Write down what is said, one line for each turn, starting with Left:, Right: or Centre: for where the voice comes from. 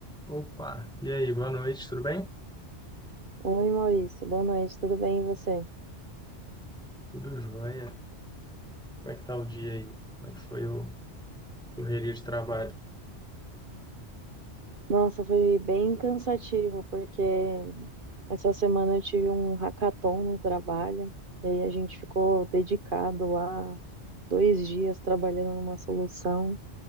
Centre: Opa, e aí, boa noite, tudo bem?
Right: Oi, Maurício. Boa noite, tudo bem e você?
Centre: Tudo jóia. Como é que tá o dia aí? Como é que foi o correria de trabalho?
Right: Nossa, foi bem cansativo, porque essa semana eu tive um hackathon no trabalho, e aí a gente ficou dedicado lá dois dias trabalhando numa solução.